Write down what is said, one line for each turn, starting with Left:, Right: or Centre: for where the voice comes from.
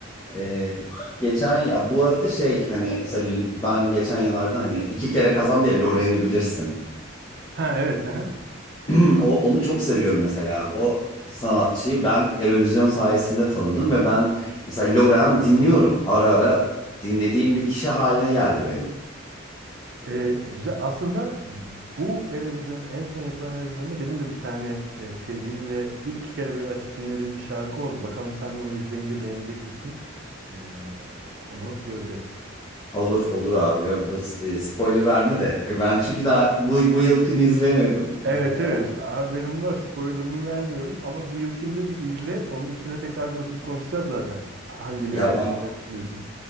Left: Ee,
Right: Ee,
Left: geçen ya bu arada şey hani mesela ben geçen yıllarda hani iki kere kazandı ya Lorraine'i bilirsin.
Right: ha evet. Hı hı.
Left: <clears throat> O, onu çok seviyorum mesela. O sanatçıyı ben Eurovision sayesinde tanıdım ve ben mesela Lorehan dinliyorum. Ara ara dinlediğim bir kişi haline geldi benim. Ee,
Right: Ee, güzel. Aslında bu Eurovision'da en son yapılan Eurovision'da benim de bir tane e, sevdiğim ve bir iki kere böyle açıp dinlediğim bir şarkı oldu. Bakalım sen de onu izleyince beğenecek misin? Ee, onu göreceğiz.
Left: olur olur abi. Ya bu- e, Spoiler verme de. Ben çünkü daha bu, bu yılkini izleyemedim.
Right: Evet
Left: Ee,
Right: evet
Left: o-
Right: haberim var spoilerımı vermiyorum ama bu yılkinde bir izle onun üstüne tekrar bir oturup konuşacağız zaten. Hangileri
Left: ya
Right: hakkında
Left: ben
Right: ne düşünüyorsun?